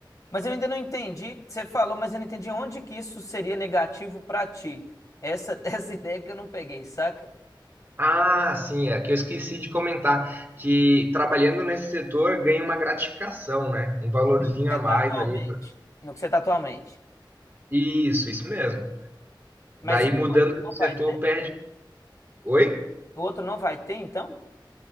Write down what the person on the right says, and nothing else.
Ah, sim, é que eu esqueci de comentar que trabalhando nesse setor ganha uma gratificação, né? Um valorzinho
a
mais
ali.
Isso, isso mesmo.
Daí
mudando
de
setor
perde. Oi?